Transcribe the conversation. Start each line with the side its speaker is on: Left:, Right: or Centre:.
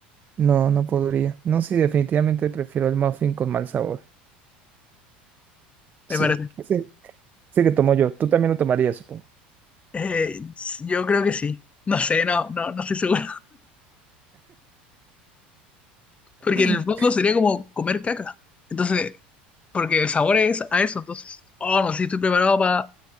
Right: no, no podría. No, sí, definitivamente prefiero el muffin con mal sabor. Sí,
Left: me parece.
Right: sí, sí que tomo yo. Tú también lo tomarías, supongo.
Left: Eh, yo creo que sí. No sé, no, no, no estoy seguro. Porque
Right: <laughs>
Left: en el fondo sería como comer caca. Entonces, porque el sabor es a eso. Entonces, oh, no sé si estoy preparado para